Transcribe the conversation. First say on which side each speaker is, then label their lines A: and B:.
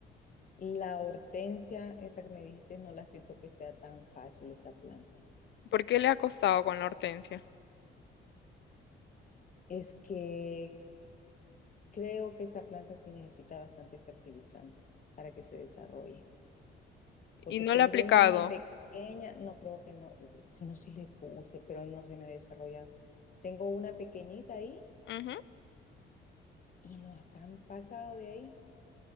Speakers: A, on the left; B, on the left.
A: La hortensia, esa que me dijiste, no la siento que sea tan fácil esa planta.
B: ¿Por qué le ha costado con la hortensia?
A: Es que creo que esa planta sí necesita bastante fertilizante para que se desarrolle. Porque
B: Y no
A: tengo
B: le ha aplicado.
A: una pequeña, no creo que no, si no, sí le puse, pero no se me ha desarrollado. Tengo una pequeñita ahí
B: Ujú,
A: y no, acá han pasado de ahí,